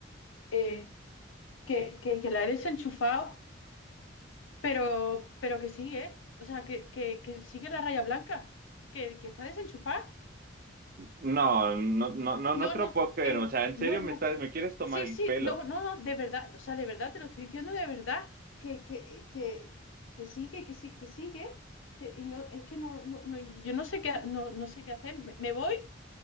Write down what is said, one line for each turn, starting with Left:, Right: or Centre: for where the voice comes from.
Left: Eh, que, que, que la he desenchufado, pero, pero que sí, ¿eh? O sea, que, que, que sigue la raya blanca, que, que está desenchufada.
Right: No, no, no, no,
Left: No,
Right: no te
Left: no,
Right: lo puedo creer.
Left: que
Right: O sea, en serio
Left: no,
Right: me
Left: no.
Right: estás, me quieres tomar
Left: Sí,
Right: el
Left: sí,
Right: pelo.
Left: no, no, no, de verdad, o sea, de verdad, te lo estoy diciendo de verdad, que, que, que, que sigue, que sí, que sigue, que, y no, es que no, no, no, y yo no sé qué, ha- no, no sé qué hacer, me, me voy,